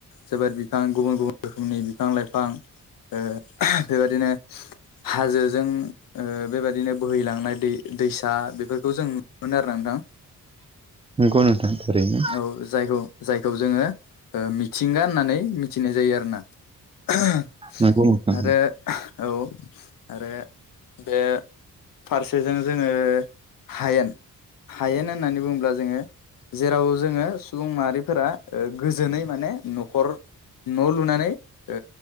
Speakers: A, on the left; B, on the right.
A: जोबोर बिफां गुबुन गुबुन रोखोमनि बिफां लाइफां ओ बेबादिनो हाजोजों ओ बेबायदिनो बोहैलांनाय दै दैसा बेफोरखौ जों नुनो मोनो आरो ना नोंथां।
B: नंगौ नोंथां थारैनो।
A: औ जायखौ जायखौ जोङो ओ मिथिंगा होननानै मिथिनाय जायो आरो ना। <unintelligible>
B: नंगौ नोंथां
A: आरो औ आरो बे फारसेजों जोङो हायेन हायेन होननानै बुङोब्ला जोङो जेराव जोङो सुबुं माहारि फोरा ओ गोजोनै माने न'खर न' लुनानै ओ